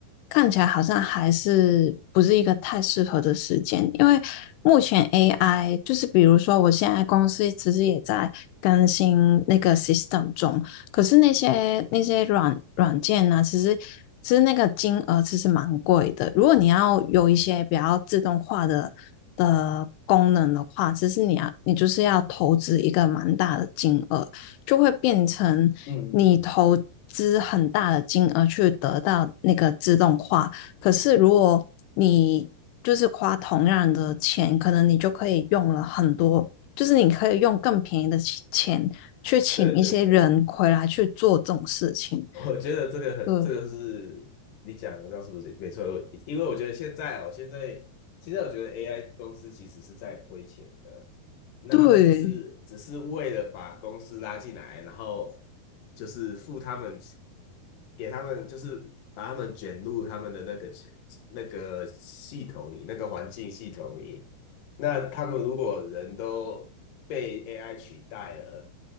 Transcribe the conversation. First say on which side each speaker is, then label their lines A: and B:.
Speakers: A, on the left; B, on the left.
A: 看起来好像还是不是一个太适合的时间，因为目前 AI 就是比如说我现在公司其实也在更新那个 system 中，可是那些那些软软件呢、其实其实那个金额其实蛮贵的。如果你要有一些比较自动化的的功能的话，其实你要你就是要投资一个蛮大的金额，就会变成你投资很大的金额去得到那个自动化。
B: 嗯嗯嗯，
A: 可是如果你就是花同样的钱，可能你就可以用了很多就是你可以用更便宜的钱去请一些人回来去做这种事情。
B: 对对对，<laughs> 我觉得这个很，
A: 对
B: 这个是你讲的，是不是没错？我因为我觉得现在哦，现在现在我觉得 AI 公司其实是在亏钱的，那他们只是只是为了把公司拉进来，
A: 对
B: 然后就是付他们，给他们就是把他们卷入他们的那个那个系统里，那个环境系统里，那他们如果人都被 AI 取代了，